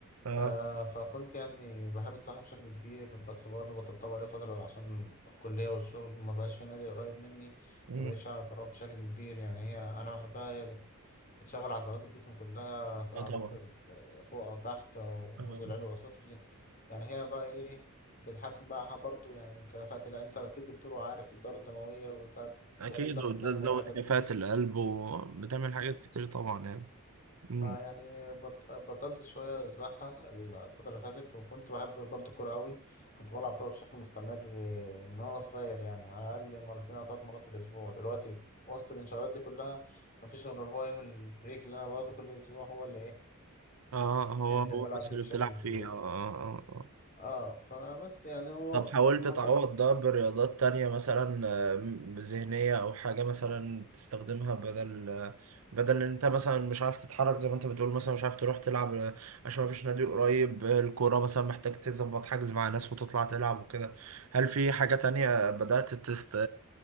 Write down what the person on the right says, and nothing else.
اه
مم.
اه
طبعا
اكيد
وده
تزود
كفاءة القلب وبتعمل حاجات
كتير طبعا يعني امم
اه هو
هو
بس
اللي
بتلعب
فيه اه اه اه آه.
طب حاولت
تعوض
ده برياضات تانية مثلا آه، ذهنية أو حاجة مثلا تستخدمها بدل آه، بدل إن أنت مثلا مش عارف تتحرك زي ما أنت بتقول مثلا مش عارف تروح تلعب آه، عشان مفيش نادي قريب آه، الكورة مثلا محتاج تظبط حجز مع ناس وتطلع تلعب وكده هل في حاجة تانية بدأت تست...